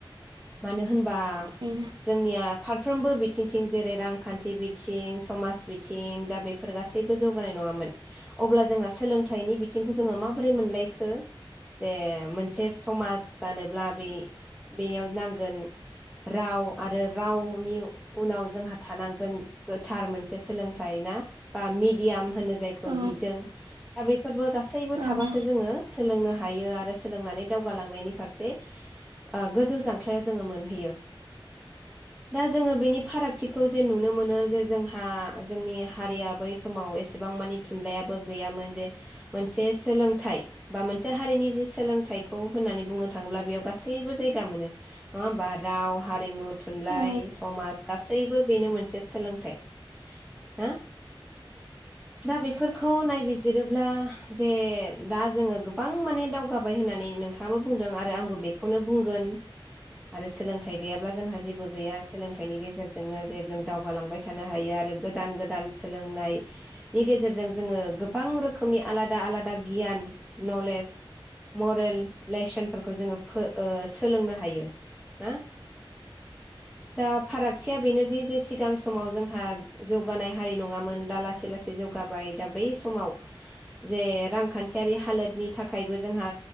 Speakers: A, in the centre; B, on the right.
A: मानो होन बा
B: बेनो
A: जोंनिया फारफ्रोमबो बिथिंथिं जेरै रांखान्थि बिथिं समाज बिथिं दा बेफोर गासैबो जौगानाय नङामोन अब्ला जोंहा सोलोंथाइनि बिथिंखौ जोङो माबोरै मोनलायखो जे मोनसे समाज जानोब्ला बे बेयाव नांगोन राव आरो रावनि उनाव जोंहा थानांगोन गोथार मोनसे सोलोंथाइ ना बा मिडियाम होनो जायखौ
B: औ
A: बिजों दा बेफोरबो गासैबो
B: औ
A: थाबासो जोङो सोलोंनो हायो आरो सोलोंनानै दावगालांनायनि फारसे ओ गोजौ जांख्लायाव जोङो मोनहैयो दा जोङो बेनि फारागथिखौ जे नुनो मोनो जे जोंहा जोंनि हारिया बै समाव एसेबां मानि थुनलाइयाबो गैयामोन जे मोनसे सोलोंथाइ बा मोनसे हारिनि जे सोलोंथाइखौ होननानै बुंनो थाङोब्ला बेयाव गासैबो जायगा मोनो नङा होमबा राव हारिमु थुनलाइ
B: औ
A: समास गासैबो बेनो मोनसे सोलोंथाइ ना दा बेफोरखौ नायबिजिरोब्ला जे दा जोङो गोबां माने दावगाबाय होननानै नोंथाङाबो बुंदों आरो आंबो बेखौनो बुंगोन आरो सोलों थाइ गैयाब्ला जोंहा जेबो गैया सोलोंथाइनि गेजेरजोंनो जे जों दावगालांबाय थानो हायो आरो गोदान गोदान सोलोंनायनि गेजेरजों जोङो गोबां रोखोमनि आलादा आलादा गियान नलेज मरेल लेसनफोरखौ जोङो फो ओ सोलोंनो हायो ना दा फारागथिया बेनोदि जे सिगां समाव जोंहा जौगानाय हारि नङामोन दा लासै लासै जौगाबाय दा बै समाव जे रांखान्थियारि हालोदनि थाखायबो जोंहा